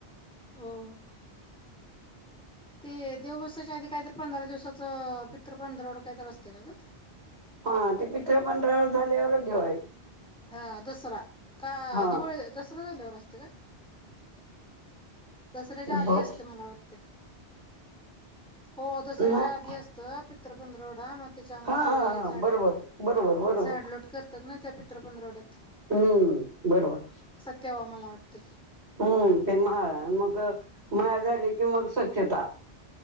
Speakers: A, in the centre; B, on the right (about 70°).
A: हो. ते देवबसाच्या आधी काहीतरी पंधरा दिवसाचं पित्र पंधरवढं काहीतरी असतं ना गं
B: हां ते पित्र पंढरा झाल्यावरच जेवायचं
A: हां दसरा कां
B: हा
A: दिवाळी दसरा झाल्यावर असतें कां दसऱ्याच्या
B: ब
A: आधी असतें मला वाटतें हो दसऱ्याच्या
B: नाही
A: आधी असतें. पित्र पंधरवडा मगं त्याच्यामध्ये
B: हा
A: सगळें
B: हा हा
A: झाडलोट
B: बरोबर बरोबर बरोबर
A: झाडलोट करतात ना त्या पित पीत्र पंदरवढ्यात
B: हम्मं बरोबर
A: तेंव्हा मला वाटतें.
B: हम्मं ते महाळ मगं मया झालीं की मगं स्वच्छता,